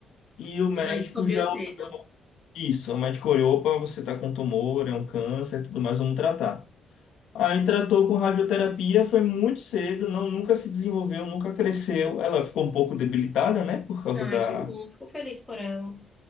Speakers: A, on the left (about 80°); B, in the centre.
A: E o médico
B: Então descobriu
A: já
B: cedo.
A: olhou isso. O médico olhou, opa, você tá com tumor, é um câncer, tudo mais, vamos tratar. Aí tratou com radioterapia, foi muito cedo, não, nunca se desenvolveu, nunca cresceu. Ela ficou um pouco debilitada, né, por causa
B: Ai,
A: da,
B: que bom, fico feliz por ela.